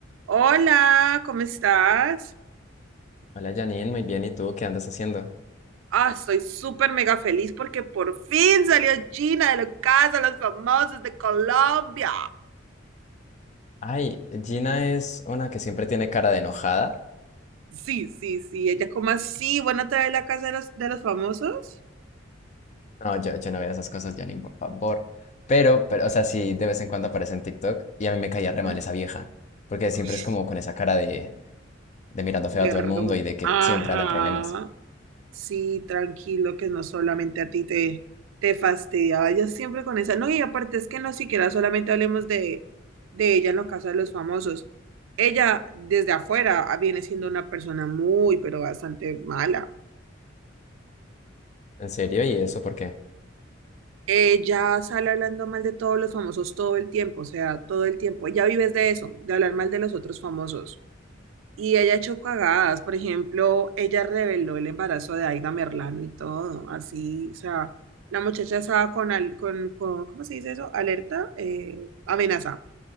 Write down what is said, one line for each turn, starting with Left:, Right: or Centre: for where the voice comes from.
Right: Hola, ¿cómo estás?
Left: Hola Janine, muy bien. ¿Y tú qué andas haciendo?
Right: Ah, estoy súper mega feliz porque por fin salió Gina de la casa, de los famosos de Colombia.
Left: Ay, Gina es una que siempre tiene cara de enojada.
Right: Sí, sí, sí, ella como así, bueno, te de la casa de los, de los famosos.
Left: No, yo, yo no veo esas cosas, Janine, por favor. Pero, pero, o sea, sí, de vez en cuando aparece en TikTok y a mí me caía re
Right: Ah,
Left: mal esa vieja. Porque siempre
Right: uy,
Left: es como con esa cara de, de mirando
Right: verga.
Left: feo a todo el mundo y de que
Right: Ajá.
Left: siempre anda en problemas.
Right: Sí, tranquilo, que no solamente a ti te, te fastidiaba, yo siempre con esa, no, y aparte es que no siquiera solamente hablemos de, de ella en los casos de los famosos, ella desde afuera ah, viene siendo una persona muy, pero bastante mala,
Left: ¿En serio? ¿Y eso por qué? <laughs>
Right: ella sale hablando mal de todos los famosos todo el tiempo, o sea, todo el tiempo, ella vives de eso, de hablar mal de los otros famosos. Y ella echó cagadas, por ejemplo, ella reveló el embarazo de Aida Merlano y todo, así, o sea, la muchacha estaba con, al- con, con- ¿cómo se dice eso? Alerta, eh, amenaza,